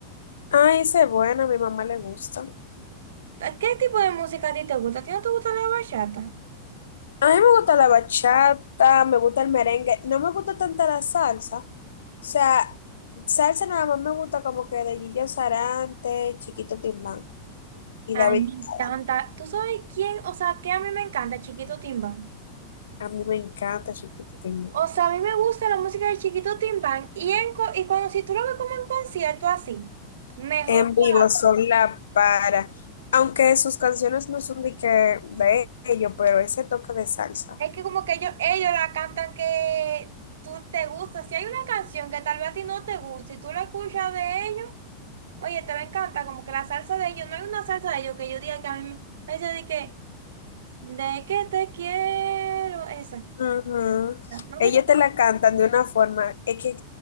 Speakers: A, on the left; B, on the right.
A: Ay, esa es buena, a mi mamá le gusta.
B: ¿A ¿Qué tipo de música a ti te gusta? ¿A ti no te gusta la bachata?
A: A mí me gusta la bachata, me gusta el merengue. No me gusta tanta la salsa. O sea, salsa nada más me gusta como que de Gillo Sarante, Chiquito Timbán y
B: Ay,
A: David.
B: me encanta.
A: Bisbal.
B: ¿Tú sabes quién? O sea, ¿qué a mí me encanta, Chiquito Timbal.
A: A mí me encanta Chiquito Timbán.
B: O sea, a mí me gusta la música de Chiquito Timbán y, en co- y cuando si tú lo ves como en concierto así, mejor
A: En
B: todavía.
A: vivo son la para. Aunque sus canciones no son de que de ellos, pero ese toque de salsa.
B: Es que como que ellos, ellos la cantan que tú te gusta. Si hay una canción que tal vez a ti no te gusta y tú la escuchas de ellos, oye, te va a encantar, como que la salsa de ellos, no hay una salsa de ellos que yo diga que a mí me esa de que, de que te quiero, esa.
A: Ujú.
B: No
A: Ellos
B: sé cómo.
A: te la cantan de una forma, es que